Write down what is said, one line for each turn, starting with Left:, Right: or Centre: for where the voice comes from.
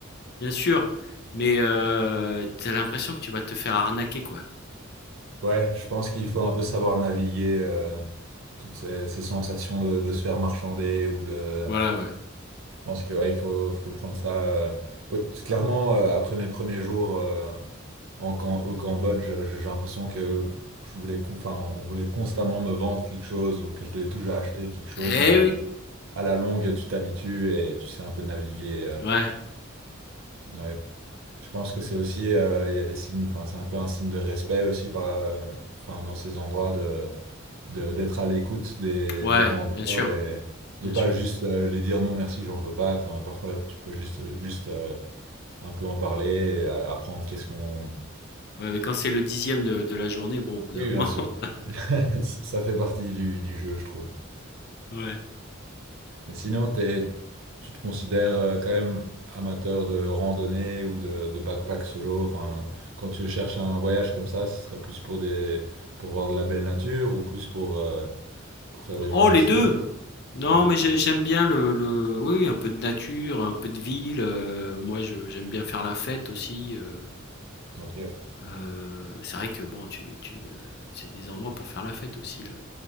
Left: bien sûr, mais euh, t'as l'impression que tu vas te faire arnaquer, quoi.
Right: Ouais, je pense qu'il faut un peu savoir naviguer euh, toutes ces, ces sensations de, de se faire marchander ou de...
Left: Voilà, ouais.
Right: Je pense que ouais, il faut, faut prendre ça... euh, au- Clairement, euh, après mes premiers jours euh, en, Cam- au Cambodge, je- j'ai l'impression que je voulais, con- enfin, on voulait constamment me vendre quelque chose ou que je devais toujours acheter quelque chose,
Left: Eh
Right: mais
Left: oui,
Right: à la longue, tu t'habitues et tu sais un peu naviguer. euh,
Left: ouais.
Right: ouais, Je pense que c'est aussi, euh, il y a des signes, enfin, c'est un peu un signe de respect aussi par, euh, enfin, dans ces endroits de, de- d'être à l'écoute des,
Left: Ouais,
Right: des vendeurs
Left: bien sûr,
Right: et
Left: bien
Right: de pas
Left: sûr.
Right: juste euh, les dire non merci, j'en veux pas. Enfin, parfois, tu peux juste, juste euh, un peu en parler, et, euh, apprendre qu'est-ce qu'on.
Left: Ouais, mais quand c'est le dixième de, de la journée, bon, au bout
Right: Oui,
Left: d'un moment.
Right: bien sûr.
Left: <laughs>
Right: <laughs> Ça fait partie du, du jeu, je trouve.
Left: Ouais.
Right: Et sinon, t'es- tu te considères euh, quand même amateur de randonnée ou de, de backpack solo. Enfin, quand tu cherches un voyage comme ça, ce serait plus pour des, pour voir de la belle nature ou plus pour, euh, pour faire des longues
Left: Oh,
Right: distances.
Left: les deux! Non,
Right: Le-
Left: mais j'ai-
Right: le-
Left: j'aime bien le, le- Oui, oui, un peu de nature, un peu de ville. euh, moi, je, j'aime bien faire la fête aussi. euh,
Right: Ok.
Left: euh, c'est vrai que, bon, tu, tu, euh, c'est des endroits pour faire la fête aussi. le-